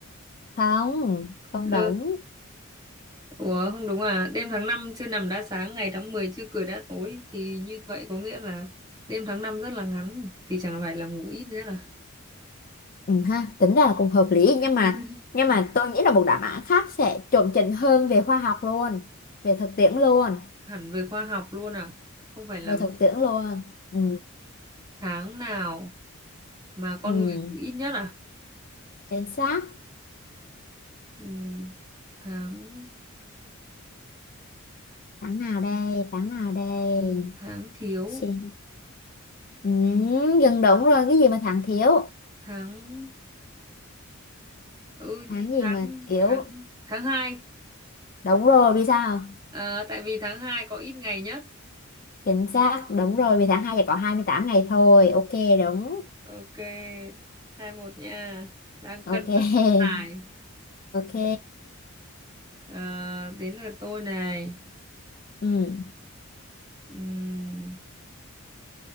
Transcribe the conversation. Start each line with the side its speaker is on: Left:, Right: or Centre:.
Left: Không, không
Right: ừ.
Left: đúng.
Right: ủa không đúng à đêm tháng năm chưa nằm đã sáng ngày tháng 10 chưa cười đã tối thì như vậy có nghĩa là đêm tháng năm rất là ngắn thì chẳng phải là ngủ ít nữa là
Left: Ừ, ha tính ra là cũng hợp lý nhưng mà
Right: <laughs>
Left: nhưng mà tôi nghĩ là một đáp án khác sẽ chuẩn chỉnh hơn về khoa học luôn về thực tiễn luôn
Right: hẳn về khoa học luôn à không phải là
Left: về thực tiễn luôn ừ,
Right: tháng nào mà
Left: ừ,
Right: con người ngủ ít nhất à
Left: chính xác
Right: Ừm, tháng
Left: tháng nào đây tháng nào đây
Right: tháng thiếu
Left: Xin. ừ, gần đúng rồi cái gì mà tháng thiếu
Right: tháng ừ,
Left: tháng gì
Right: tháng
Left: mà thiếu
Right: tháng tháng hai
Left: đúng rồi vì sao
Right: à, tại vì tháng hai có ít ngày nhất
Left: chính xác đúng rồi vì tháng 2 chỉ có 28 ngày thôi ok đúng
Right: ok hai một nha đang cân
Left: ok
Right: sức
Left: <laughs>
Right: cân tài
Left: ok
Right: à, đến lượt tôi này
Left: ừ.
Right: Ừm,